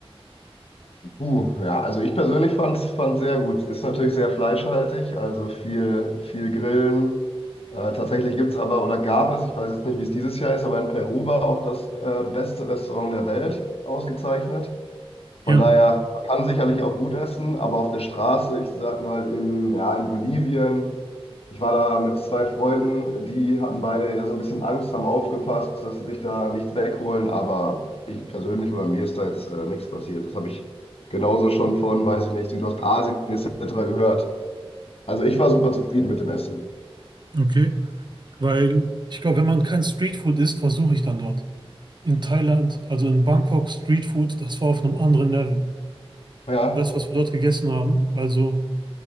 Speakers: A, on the left; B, on the right.
A: Uh, ja, also ich persönlich fand es sehr gut. Ist natürlich sehr fleischhaltig, also viel, viel Grillen. Äh, tatsächlich gibt es aber oder gab es, ich weiß jetzt nicht, wie es dieses Jahr ist, aber in Peru war auch das äh, beste Restaurant der Welt ausgezeichnet.
B: Ja,
A: Von daher man kann sicherlich auch gut essen, aber auf der Straße, ich sag mal in, ja, in Bolivien, ich war da mit zwei Freunden, die hatten beide ja so ein bisschen Angst, haben aufgepasst, dass sie sich da nichts wegholen, aber ich persönlich oder mir ist da jetzt äh, nichts passiert. Das habe ich genauso schon von, weiß ich nicht, Südostasien etc. gehört. Also ich war super zufrieden mit dem Essen.
B: okay. Weil ich glaube, wenn man kein Streetfood isst, versuche ich dann dort. In Thailand, also in Bangkok, Streetfood, das war auf einem anderen Level.
A: Ja,
B: Das, was wir dort gegessen haben, also.